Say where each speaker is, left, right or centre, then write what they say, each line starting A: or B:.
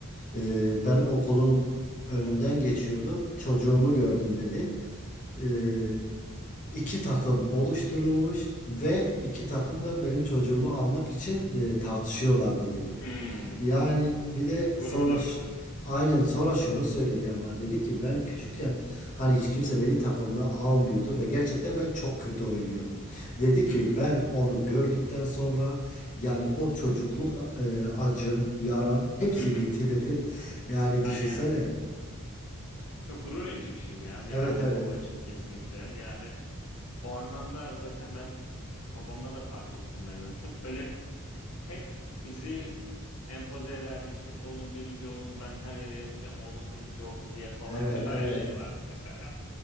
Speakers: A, on the left; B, on the left.
A: "Ee, ben okulun önünden geçiyordum. Çocuğumu gördüm dedi. Ee, iki takım oluşturulmuş ve iki takım da benim çocuğumu almak için e, tartışıyorlardı dedi.
B: Hmm,
A: Yani bir de
B: gurur
A: sonra
B: duymuştur.
A: ş- aynen sonra şunu söyledi ama dedi ki ben küçükken hani hiç kimse beni takımına almıyordu ve gerçekten ben çok kötü oynuyordum. Dedi ki
B: Hı hı,
A: ben onu gördükten sonra yani o çocukluk e, acım, yaram hepsi
B: hı hı.
A: bitti <laughs> dedi. Yani
B: Aynen.
A: düşünsene.
B: Çok gurur verici bir şey ya bir
A: Evet
B: anne
A: evet.
B: baba için kesinlikle. Yani o anlamda zaten ben babamda da fark ettim ben onu. Çok böyle Hep bizi empoze ederdi işte oğlum birinci olun ben her yere yazacağım oğlum birinci oldu diye falan
A: Evet
B: böyle <laughs> hayalleri
A: evet.
B: vardı mesela.